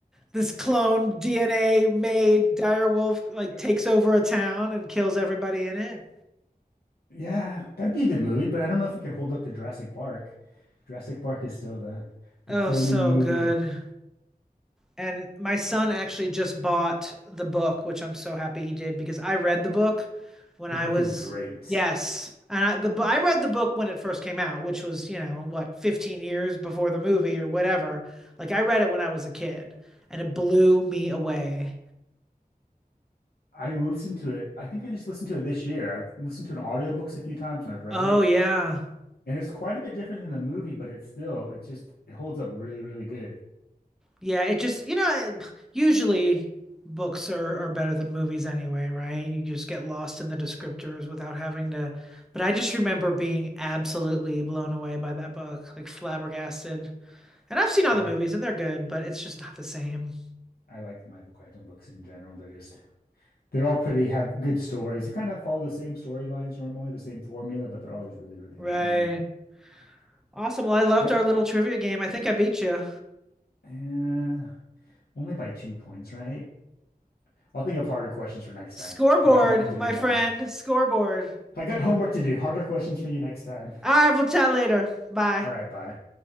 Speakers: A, in the centre; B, on the left (about 85°).
A: this clone DNA made dire wolf like
B: Uh,
A: takes over a town and kills everybody in it.
B: yeah, that'd be a good movie, but I don't know if it could hold up to Jurassic Park. Jurassic Park is still the the
A: Oh,
B: cloning
A: so
B: movie
A: good.
B: of
A: And my son actually just bought the book, which I'm so happy he did because I read the book when
B: the
A: I
B: book
A: was
B: is great.
A: yes, and I, the I read the book when it first came out, which was you know what 15 years before the movie or whatever. Like I read it when I was a kid, and it blew me away.
B: I listened to it. I think I just listened to it this year. I've listened to an audiobooks a few times and I've read
A: Oh
B: it.
A: yeah.
B: And it's quite a bit different than the movie, but it's still, it's just, it holds up really, really good.
A: Yeah, it just, you know, usually books are, are better than movies anyway, right? You just get lost in the descriptors without having to. But I just remember being absolutely blown away by that book, like flabbergasted. And I've seen all
B: I
A: the
B: like,
A: movies and they're good, but it's just not the same.
B: I like Michael Crichton books in general. They're just They're all pretty, have good stories. They kind of follow the same storylines normally, the same formula, but they're always really, really
A: Right.
B: entertaining.
A: Awesome. Well, I loved
B: I,
A: our little trivia game. I think I beat you.
B: uh, only by two points, right? I'll think of harder questions for next
A: Scoreboard,
B: time. I got homework to
A: my
B: do now.
A: friend, scoreboard.
B: I got homework to do. Harder questions for you next time.
A: All right, we'll chat later. Bye.
B: All right, bye.